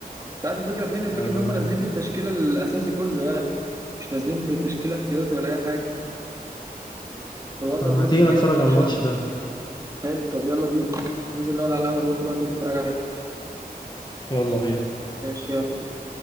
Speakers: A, on the right; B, on the left.
A: انت عارف الفكره فين الفكره
B: آه،
A: ان هم نازلين بالتشكيل الاساسي كله يعني مش نازلين بتشكيل احتياطي ولا اي حاجه الواد
B: طب
A: مطرود
B: ما تيجي
A: في الدقيقه
B: نتفرج
A: 12
B: على الماتش ده
A: حلو طب يلا بينا ننزل نقعد على القهوه انا وانت دلوقتي ونتفرج عليه
B: يلا بينا
A: ماشي يلا بينا